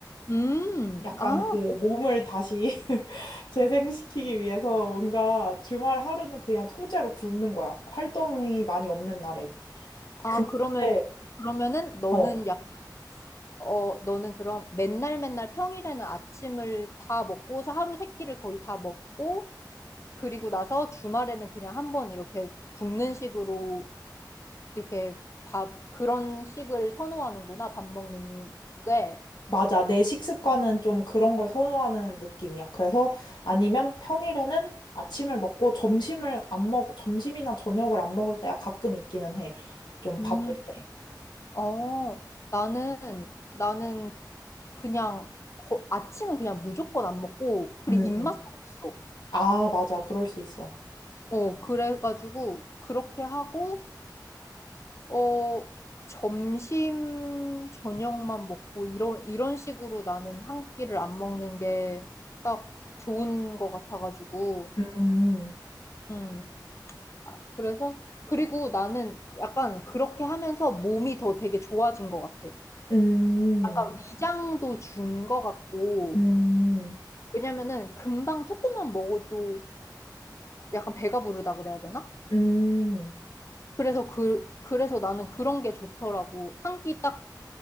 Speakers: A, on the left; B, on the left.
A: 음,
B: 약간
A: 아,
B: 그
A: 그
B: 몸을 다시 <laughs> 재생시키기 위해서 뭔가 주말 하루는 그냥 통째로 굶는 거야. 활동이 많이 없는 날에.
A: 아,
B: 근데
A: 그러면, 그러면은 너는
B: 어,
A: 약, 어, 너는 그럼 맨날 맨날 평일에는 아침을 다 먹고서 하루 세 끼를 거의 다 먹고, 그리고 나서 주말에는 그냥 한번 이렇게 굶는 식으로 이렇게 밥, 그런 식을 선호하는구나, 밥 먹는 게.
B: 맞아. 내 식습관은 좀 그런 걸 선호하는 느낌이야. 그래서 아니면 평일에는 아침을 먹고 점심을 안 먹, 점심이나 저녁을 안 먹을 때가 가끔 있기는 해. 좀
A: 음,
B: 바쁠 때.
A: 어, 나는, 나는 그냥 거- 아침은 그냥 무조건 안 먹고, 그리고
B: 음,
A: 입맛도
B: 음.
A: 없어.
B: 아, 맞아. 그럴 수 있어.
A: 어, 그래가지고 그렇게 하고, 어, 점심, 저녁만 먹고, 이런, 이런 식으로 나는 한 끼를 안 먹는 게 딱 좋은 것 같아가지고,
B: 음,
A: 음. 아, 그래서, 그리고 나는 약간 그렇게 하면서 몸이 더 되게 좋아진 것 같아.
B: 음,
A: 약간 위장도 준 것 같고,
B: 음,
A: 왜냐면은 금방 조금만 먹어도 약간 배가 부르다 그래야 되나?
B: 음,
A: 그래서 그, 그래서 나는 그런 게 좋더라고. 한 끼 딱